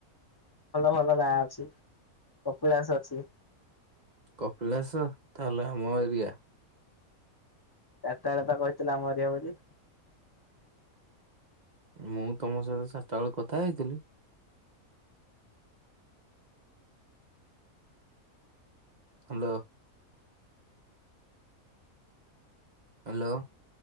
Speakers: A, on the left; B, on the right.
A: ଭଲ ଭଲ ଗାଁ ଅଛି। କପିଳାସ ଅଛି।
B: କପିଳାସ ତାହେଲେ ଆମ ଏରିଆ।
A: ଚାରି ଟା ବେଳେ ପା କହିଥିଲି ଆମ ଏରିଆ ବୋଲି।
B: ମୁଁ ତମ ସହିତ ଚାରିଟା ବେଳୁ କଥା ହେଇଥିଲି? ହ୍ୟାଲୋ। ହ୍ୟାଲୋ।